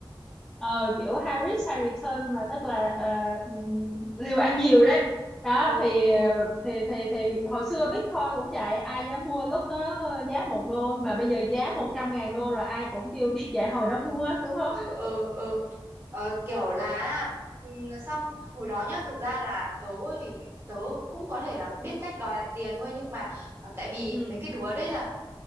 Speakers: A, in the centre; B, on the right.
A: ờ, kiểu high risk high return mà tức là uh,
B: ừ
A: liều ăn nhiều đấy đó
B: ừ
A: thì
B: ừ
A: ờ,
B: ừ.
A: thì thì thì hồi xưa Bitcoin cũng vậy ai dám mua lúc nó giá một đô mà bây giờ giá một trăm ngàn đô rồi ai cũng kêu biết vậy hồi đó mua đúng không
B: ừ ừ ừ Ờ, kiểu là ừ, xong hồi đó nhá thực ra là tớ thì tớ cũng có thể là biết cách đòi lại tiền thôi nhưng mà ờ, tại vì
A: ừ
B: mấy cái đứa đấy là